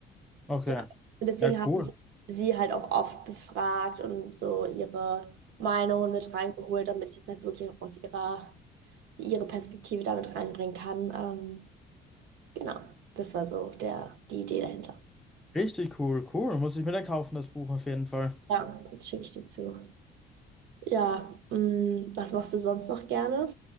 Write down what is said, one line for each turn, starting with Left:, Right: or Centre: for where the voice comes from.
Centre: okay.
Right: ja, und deswegen
Centre: Ja, cool.
Right: habe ich sie halt auch oft befragt und so ihre Meinungen mit reingeholt, damit ich es halt wirklich auch aus ihrer, ihre Perspektive damit reinbringen kann. Ähm, Genau, das war so der, die Idee dahinter.
Centre: Richtig cool, cool. Muss ich mir dann kaufen, das Buch auf jeden Fall.
Right: Ja. Jetzt schicke ich dir zu. Ja, mh, was machst du sonst noch gerne?